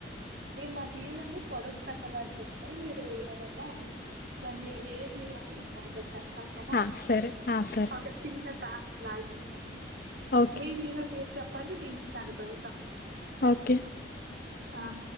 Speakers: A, on the right; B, on the left.
A: నేను మా హీరో ని పొడు కా లాగ చెప్తార మీరు ఇదేదబ్బా దాన్ని ఏ హీరో అని మీరు కనిపెట్టా ఓకేనా
B: ఆ, సరే ఆ సరే
A: ఒక చిన్న టాస్క్ లా చేద్దాం దీన్నీ
B: ఓకే
A: మీ హీరో మీరు చెప్పండి నేను కనిపెడతా
B: ఓకే
A: ఆ